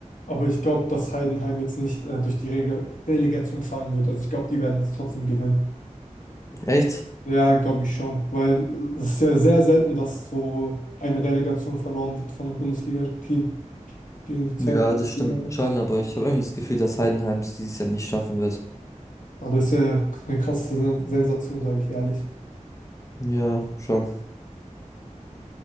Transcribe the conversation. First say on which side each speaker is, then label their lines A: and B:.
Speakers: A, on the left; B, on the left.
A: aber ich glaube, dass Heidenheim jetzt nicht äh, durch die Rege- Relegation fallen wird. Also ich glaube, die werden es trotzdem gewinnen.
B: Echt?
A: Ja, glaube ich schon, weil es ist ja sehr selten, dass so eine Relegation verloren wird von einem Bundesliga-Team gegen die zweite
B: Ja,
A: Bundesliga.
B: das stimmt schon, aber ich habe irgendwie das Gefühl, dass Heidenheim es dieses Jahr nicht schaffen wird.
A: Aber das ist ja eine krasse Sen- Sensation, sage ich ehrlich.
B: Ja, schon.